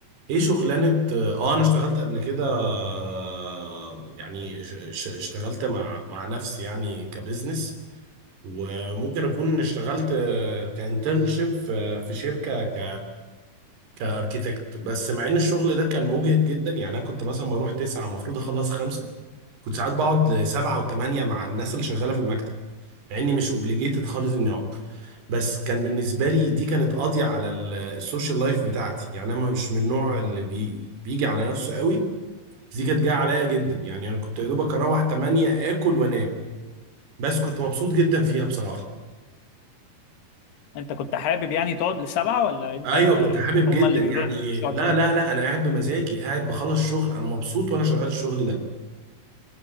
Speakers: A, on the right (about 85°); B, on the left (about 85°).
A: ايه شغلانة اه انا اشتغلت قبل كده آه، يعني ش... ش... اشتغلت مع مع نفسي يعني كبزنس وممكن اكون اشتغلت كانترنشيب في في شركة ك... كاركيتكت بس مع ان الشغل ده كان مجهد جدا يعني انا كنت مثلا بروح تسعة المفروض اخلص خمسة كنت ساعات بقعد لسبعة وثمانية مع الناس اللي شغالة في المكتب مع اني مش اوبليجيتد خالص اني اقعد بس كان بالنسبه لي دي كانت قاضيه على ال- السوشيال لايف بتاعتي يعني انا مش من النوع اللي بي بيجي على نفسه قوي بس دي كانت جايه عليا جدا يعني انا كنت يا دوبك اروح 8 اكل وانام بس كنت مبسوط جدا فيها بصراحه
B: انت كنت حابب يعني تقعد لسبعه ولا انت
A: ايوه كنت حابب
B: هما
A: جدا
B: اللي
A: يعني
B: بيقولوا لك مش تقعد
A: لا
B: شويه
A: لا لا انا قاعد بمزاجي قاعد بخلص شغل انا مبسوط وانا شغال الشغل ده